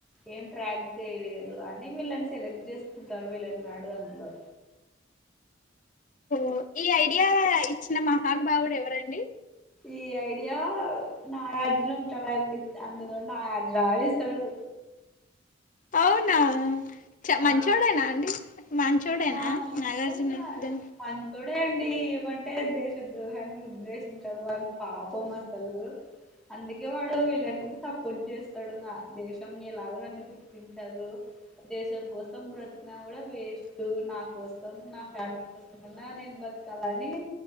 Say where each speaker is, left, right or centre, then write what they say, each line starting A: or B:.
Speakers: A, in the centre; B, on the left.
A: ఏం ట్రాక్ చేయలేరు అని వీళ్ళని సెలెక్ట్ చేసుకుంటారు వీళ్ళని వాడు అందులో
B: ఓ ఈ ఐడియా ఇచ్చిన మహానుభావుడు ఎవరండి
A: ఈ ఐడియా నాగార్జున ఉంటాడు అందులో నాగార్జున ఇస్తాడు
B: అవునా చ
A: ఆ
B: మంచోడేనా అండి మంచోడేనా
A: మా ఆయన
B: నాగార్జున దె
A: మంచోడే అండి ఏమంటే దేశ ద్రోహి అని ముద్రేశింటారు వాని పాపం అసలు అందుకే వాడు వీళ్ళని సపోర్ట్ చేస్తాడు ఇక దేశం ఎలాగో నన్ను గుర్తించదు దేశం కోసం బ్రతికినా కూడా వేస్ట్ ఉమ్ నా కోసం నా ఫ్యామిలీ కోసం అన్నా నేను బతకాలని